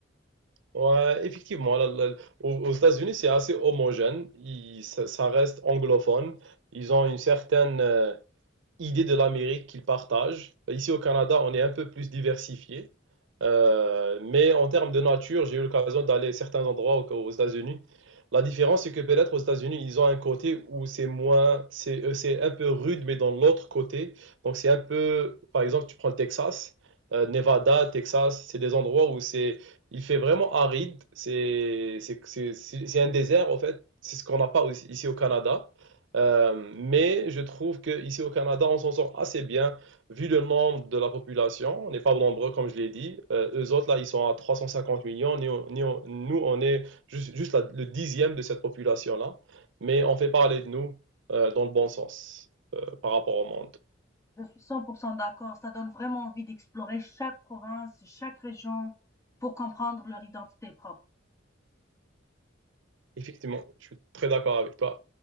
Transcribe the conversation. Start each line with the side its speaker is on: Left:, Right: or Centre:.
Right: Ouais, effectivement, la- la- aux, aux États-Unis, c'est assez homogène. Ils- ça, ça reste anglophone. Ils ont une certaine, euh, idée de l'Amérique qu'ils partagent. Ici au Canada, on est un peu plus diversifié. Euh, mais en termes de nature, j'ai eu l'occasion d'aller à certains endroits aux, aux États-Unis. La différence, c'est que peut-être aux États-Unis, ils ont un côté où c'est moins, c'est, euh, c'est un peu rude, mais dans l'autre côté. Donc c'est un peu, par exemple, tu prends le Texas, euh, Nevada, Texas, c'est des endroits où c'est, il fait vraiment aride. C'est, c'est, c'est, c'est c'est un désert, en fait. C'est ce qu'on n'a pas aussi- ici au Canada. Euh, mais je trouve qu'ici au Canada, on s'en sort assez bien vu le nombre de la population. On n'est pas nombreux, comme je l'ai dit. Euh, eux autres, là, ils sont à 350 millions. Nous, nous, nous, on est juste, juste la- le dixième de cette population-là. Mais on fait parler de nous euh, dans le bon sens euh, par rapport au monde.
Left: Je suis 100% d'accord. Ça donne vraiment envie d'explorer chaque province, chaque région pour comprendre leur identité propre.
Right: Effectivement, je suis très d'accord avec toi.